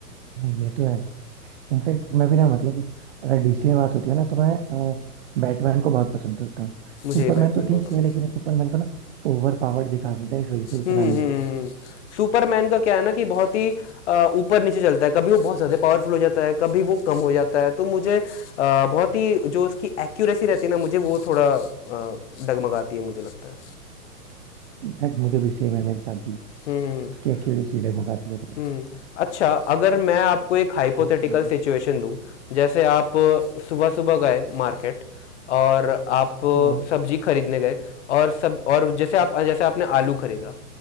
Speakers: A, on the right; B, on the left.
A: exactly, ये तो है इनफैक्ट मैं भी ना मतलब अगर डीसी में बात होती है ना तो मैं बैटमैन को बहुत पसंद करता हूँ
B: मुझे
A: सुपरमैन
B: ये बैटमैन
A: तो
B: बहुत
A: ठीक
B: पसंद
A: है लेकिन
B: है
A: सुपरमैन को ना ओवर पावर्ड दिखा देते हैं इस वजह से उतना
B: हम्म
A: नहीं
B: हम्म सुपरमैन का क्या है ना कि बहुत ही अ, ऊपर नीचे चलता है कभी वो बहुत ज़्यादा पावरफुल हो जाता है कभी वो कम हो जाता है तो मुझे अ, बहुत ही जो उसकी एक्यूरेसी रहती है ना मुझे वो थोड़ा अ, डगमगाती है मुझे लगता है
A: इनफैक्ट मुझे भी सेम है मेरे साथ भी
B: हम्म हम्म,
A: उसकी
B: हम्म।
A: एक्यूरेसी डगमगाती है तो
B: हम्म अच्छा अगर मैं आपको एक हाइपोथेटिकल
A: हाँ
B: सिचुएशन दूं जैसे आप सुबह सुबह गए मार्केट और आप
A: हाँ
B: सब्जी खरीदने गए और सब और जैसे आप जैसे आपने आलू खरीदा